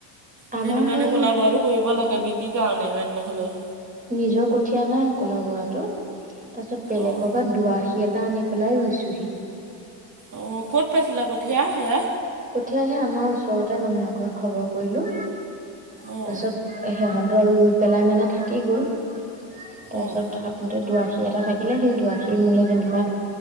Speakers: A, on the right; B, on the right.
A: সেইটো
B: আমাৰ
A: কাৰণে
B: সেই
A: ক'ল বাৰো কৰিব লাগে বিক্ৰী কাৰণে অইনয হ'লেও।
B: নিজৰ কঠিয় নাই ক'লা বৰাতো তাৰ পিছত বেলেগৰ
A: অঁ
B: পৰা দুআশী টা আনি পেলাই ৰুইছোহি।
A: অ', ক'ত পাইছিলা কঠিয়া সেয়া?
B: কঠিয়াহে, আমাৰ ওচৰতে মানুহৰ ঘৰত খবৰ কৰিলো।
A: অঁ
B: তাৰপিছত, সিহঁতৰ ৰুই পেলাই মানে থাকি গ'ল। তাৰপিছত
A: অঁ
B: থ দুআশী এটা থাকিলে, সেই দুআষী মোলে যেনিবা